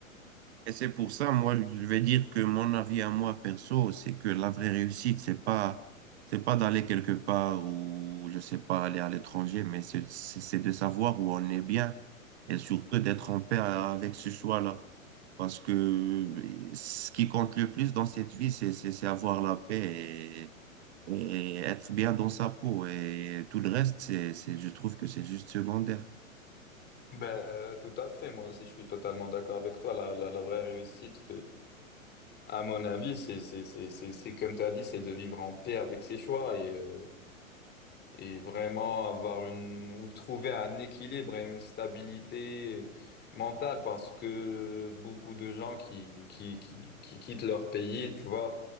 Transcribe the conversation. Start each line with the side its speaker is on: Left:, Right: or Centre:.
Right: Et c'est pour ça, moi, je vais dire que mon avis à moi perso, c'est que la vraie réussite, c'est pas, c'est pas d'aller quelque part ou, je sais pas, aller à l'étranger, mais c'est c'est- c'est de savoir où on est bien et surtout d'être en paix avec ce choix-là. Parce que ce qui compte le plus dans cette vie, c'est, c'est, c'est avoir la paix et, et être bien dans sa peau. Et tout le reste, c'est, c'est, je trouve que c'est juste secondaire.
Left: Ben, euh, tout à fait, moi aussi, je suis totalement d'accord avec toi, la, la, la vraie réussite, À mon avis, c'est c'est c'est c'est c'est comme tu as dit, c'est de vivre en paix avec ses choix et euh, et vraiment avoir une ou trouver un équilibre et une stabilité mentale parce que beaucoup de gens qui qui qui qui quittent leur pays, tu vois,